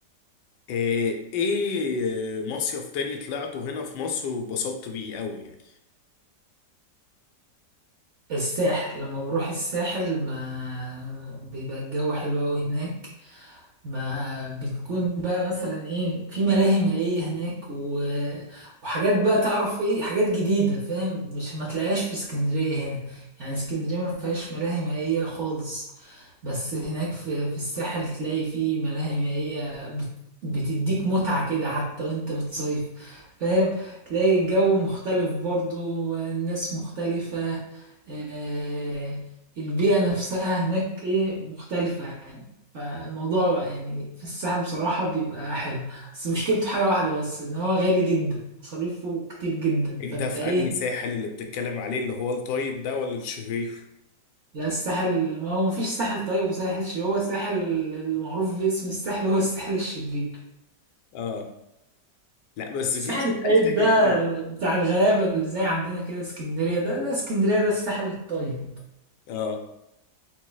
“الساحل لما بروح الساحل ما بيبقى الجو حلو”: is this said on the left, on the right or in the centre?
Right